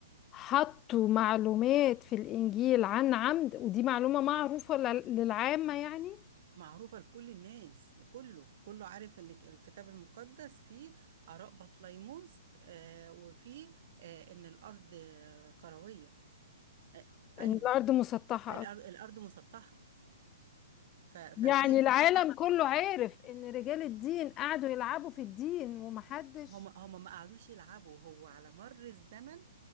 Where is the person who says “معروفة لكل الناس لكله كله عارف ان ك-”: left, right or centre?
Right